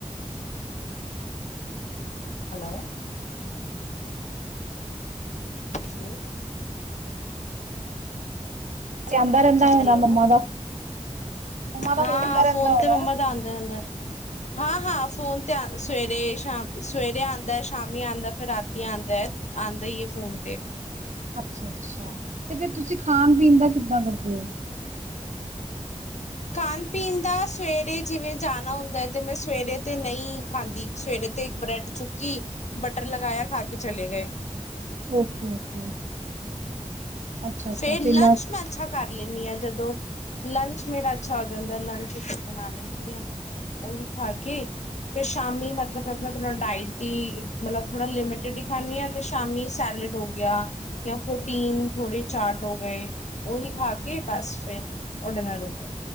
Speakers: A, on the left; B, on the right.
A: ਹੈਲੋ। ਹੋ।
B: ਆਂਦਾ ਰਹਿੰਦਾ ਹੋਣਾ
A: ਹੈਲੋ।
B: ਮੰਮਾ ਦਾ ਮੰਮਾ ਦਾ
A: ਹਾਂ,
B: ਹੁੰਦਾ ਰਹਿੰਦਾ
A: ਫੋਨ
B: ਹੋਣਾ।
A: ਤੇ ਮੰਮਾ ਦਾ ਆਂਦੇ ਰਹਿੰਦਾ। ਹਾਂ ਹਾਂ, ਫੋਨ ਤੇ ਸਵੇਰੇ, ਸ਼ਾਮ, ਸਵੇਰੇ ਆਂਦੈ, ਸ਼ਾਮੀ ਆਂਦੈ, ਫਿਰ ਰਾਤੀ ਆਂਦੈ, ਆਂਦਾ ਈ ਅਈ ਫੋਨ ਤੇ।
B: ਅੱਛਾ ਅੱਛਾ ਤੇ ਫੇਰ ਤੁਸੀਂ ਖਾਣ ਪੀਣ ਦਾ ਕਿੱ ਦਾਂ ਕਰਦੇ ਓ?
A: ਖਾਣ ਪੀਣ ਦਾ ਸਵੇਰੇ ਜਿਵੇਂ ਜਾਣਾ ਹੁੰਦਾ ਹੈ ਤੇ ਮੈਂ ਸਵੇਰੇ ਤੇ ਨਈ ਖਾਂਦੀ, ਸਵੇਰੇ ਤੇ ਇੱਕ ਬ੍ਰੈਡ ਚੁੱਕੀ, ਬਟਰ ਲਗਾਇਆ, ਖਾ ਕੇ ਚਲੇ ਗਏ।
B: Okay, okay. ਅੱਛਾ ਅੱਛਾ
A: ਫੇਰ
B: ਫਿਰ
A: ਲੰਚ ਮੈਂ ਅੱਛਾ ਕਰ ਲੈਂਨੀ ਆਂ, ਜਦੋਂ ਲੰਚ ਮੇਰਾ ਅੱਛਾ ਹੋ ਜਾਂਦੈ, ਲੰਚ ਬਣਾ ਲੈਨੀ ਆਂ। ਉਹੀ ਖਾ ਕੇ, ਫਿਰ ਸ਼ਾਮੀ ਮਤਲਬ ਆਪਣਾ ਥੋੜਾ ਡਾਈਟ ਈ, ਮਤਲਬ ਥੋੜਾ ਲਿਮਿਟਡ ਹੀ ਖਾਨੀ ਆਂ ਤੇ ਸ਼ਾਮੀ ਸੈਲਡ ਹੋ ਗਿਆ ਜਾਂ ਪ੍ਰੋਟੀਨ ਥੋੜੀ ਚਾਟ ਹੋ ਗਏ ਉਹੀ ਖਾ ਕੇ ਬਸ ਫਿਰ ਔਰ ਡਿਨਰ ਹੋ ਗਿਆ?